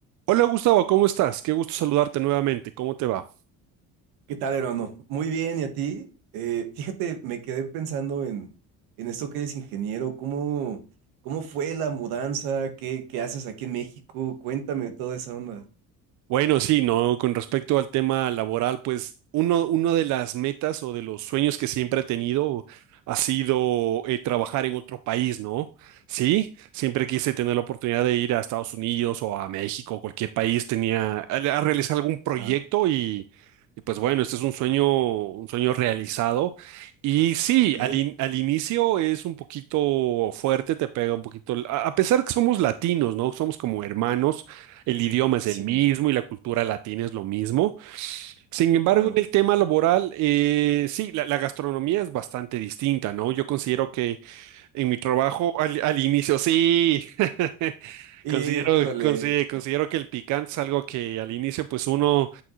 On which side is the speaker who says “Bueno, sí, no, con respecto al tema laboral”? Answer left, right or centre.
Right